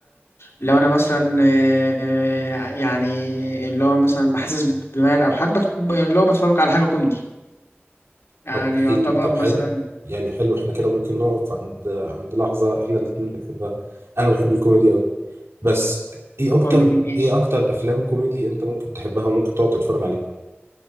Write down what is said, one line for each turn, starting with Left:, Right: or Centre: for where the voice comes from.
Left: لو انا مثلا آه، يعني اللي هو مثلا بحسس بمال او حاجه بت- اللي هو بتفرج على حاجه كوميدي يعني
Right: طب إيه
Left: يعتبر
Right: ال... طب
Left: مثلا
Right: حلو يعني حلو احنا كده ممكن نقف عند عند لحظة احنا الاتنين بنحبها أنا بحب الكوميدي أوي بس ايه اكتر
Left: كوميدي ماشي
Right: ايه اكتر افلام كوميدي انت ممكن تحبها وممكن تقعد تتفرج عليها